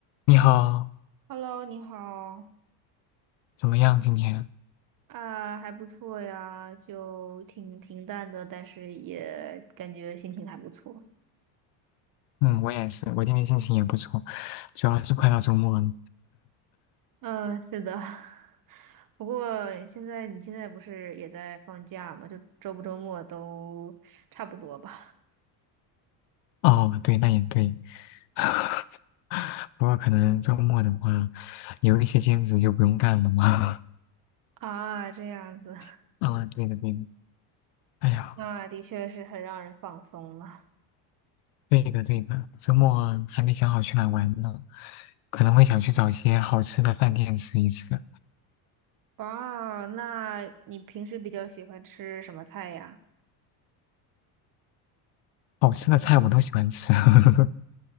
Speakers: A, on the left (about 80°); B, on the right (about 45°).
A: 你好，
B: Hello，你好。
A: 怎么样今天？
B: 啊，还不错呀，就挺平淡的，但是也感觉心情还不错。
A: 嗯，我也是，我今天心情也不错，主要是快到周末了。
B: 嗯，是的。<laughs> 不过现在你现在不是也在放假吗？就周不周末都差不多吧。
A: 哦，对，那也对。<laughs> 不过可能周末的话，有一些兼职就不用干了嘛。
B: 啊，这样子，
A: <laughs> 啊，对的对的。哎呀，
B: <laughs> 那的确是很让人放松了。
A: 对的对的，周末还没想好去哪玩呢，可能会想去找一些好吃的饭店吃一吃。
B: 哇，那你平时比较喜欢吃什么菜呀？
A: 好吃的菜我都喜欢吃。<laughs>